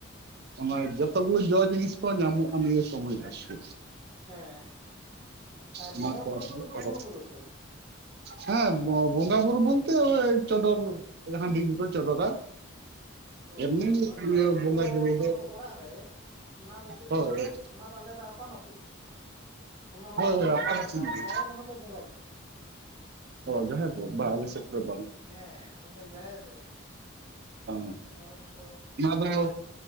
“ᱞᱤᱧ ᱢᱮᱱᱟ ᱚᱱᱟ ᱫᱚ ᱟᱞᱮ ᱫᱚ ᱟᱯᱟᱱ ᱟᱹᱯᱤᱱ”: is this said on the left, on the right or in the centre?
Right